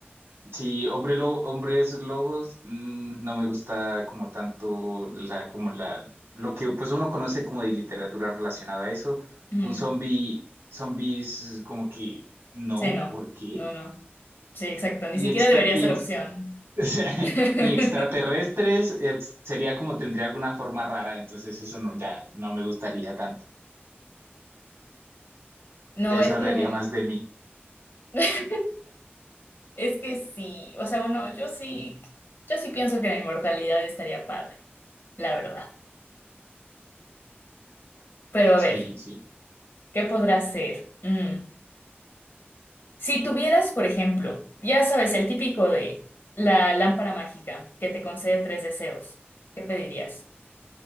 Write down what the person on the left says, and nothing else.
Ujú.
Sí, no.
No, no. Sí, exacto, ni
siquiera
debería
ser
opción.
<laughs>
No,
es
que,
<laughs> es que sí, o sea, bueno, yo sí, yo sí pienso que la inmortalidad estaría padre, la verdad. Pero a
ver,
¿qué podrá ser? Mm, Si tuvieras, por ejemplo, ya sabes, el típico de la lámpara mágica que te concede tres deseos, ¿qué pedirías?